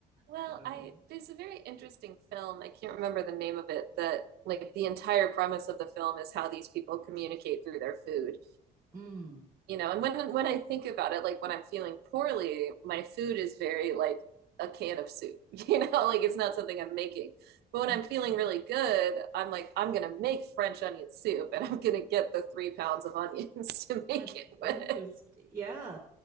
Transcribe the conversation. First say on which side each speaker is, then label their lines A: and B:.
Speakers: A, on the right; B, on the right.
A: Well,
B: So,
A: I there's a very interesting film, I can't remember the name of it, that like the entire premise of the film is how these people communicate through their food.
B: mm.
A: you know and when when i think about it like when i'm feeling poorly my food is very like a can of soup you know <laughs> like it's not something i'm making but when
B: <laughs>
A: i'm feeling really good i'm like i'm gonna make french onion soup and i'm gonna get the three pounds of onions <laughs> to make
B: That's
A: it
B: interesting.
A: with
B: Yeah,